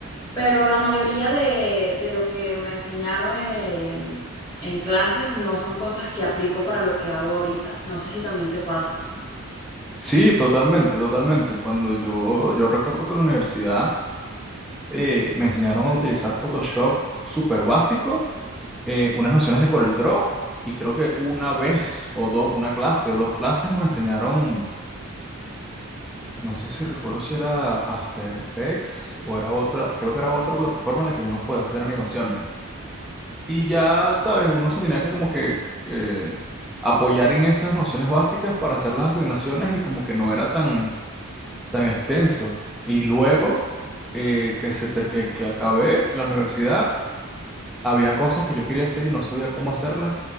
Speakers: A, on the left; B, in the centre.
A: pero la mayoría de, de lo que me enseñaron en, en clases no son cosas que aplico para lo que hago ahorita. No sé si también te pasa.
B: Sí, totalmente, totalmente. Cuando yo, yo recuerdo que en la universidad eh, me enseñaron a utilizar Photoshop súper básico, eh, unas nociones de Corel Draw, y creo que una vez o dos, una clase o dos clases nos enseñaron No sé si recuerdo si era After Effects o era otra, creo que era otra plataforma en la que uno puede hacer animaciones. ¿no? Y ya, sabes, uno se tenía que como que eh, apoyar en esas nociones básicas para hacer las asignaciones y como que no era tan, tan extenso. Y luego eh, que, se ter- que, que acabé la universidad, había cosas que yo quería hacer y no sabía cómo hacerlas.